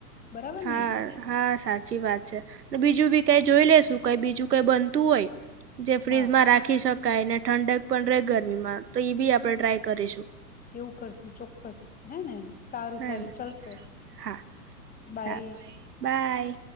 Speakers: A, on the left (about 20°); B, on the right (about 80°).
A: બરાબર
B: હા
A: ને
B: હા સા સાચી વાત છે, બીજું બી કઈ જોઈ લેશું કઈ બીજું કઈ બનતું હોય જે ફ્રીજમાં
A: હા
B: રાખી શકાયને ઠંડક પણ રહે ગરમીમાં તો ઈ બી આપણે ટ્રાય કરીશું.
A: એવું કરશું ચોક્કસ હે ને. સારું
B: હા
A: સારું
B: ને?
A: ચાલતો
B: હા
A: બાય.
B: સારું બાય